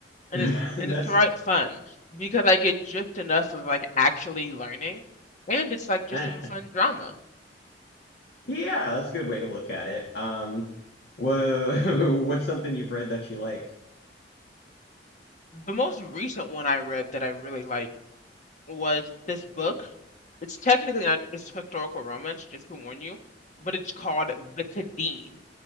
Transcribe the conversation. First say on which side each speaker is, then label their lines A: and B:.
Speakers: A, on the left; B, on the left.
A: And
B: <laughs>
A: it's
B: That's
A: and it's quite fun because I get just enough of like actually learning and it's like just
B: <laughs>
A: some fun drama.
B: Yeah, that's a good way to look at it. Um, wha- <laughs> what's something you've read that you like?
A: The most recent one I read that I really like was this book. It's technically not it's historical romance, just to warn you, but it's called The Cadeen.